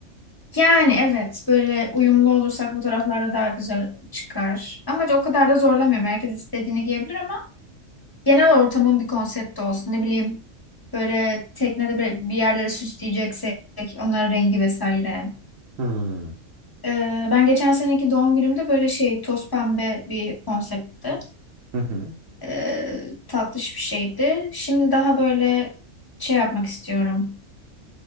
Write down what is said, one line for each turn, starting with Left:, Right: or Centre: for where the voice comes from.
Left: yani evet böyle uyumlu olursak fotoğraflarda daha güzel çıkar. Ama o kadar da zorlamıyorum. Herkes istediğini giyebilir ama genel ortamın bir konsepti olsun. Ne bileyim böyle teknede bir bir yerlere süsleyeceksek onların rengi vesaire.
Right: Hmm.
Left: Ee, ben geçen seneki doğum günümde böyle şey toz pembe bir konseptti.
Right: Hı hı.
Left: E, tatlış bir şeydi. Şimdi daha böyle şey yapmak istiyorum.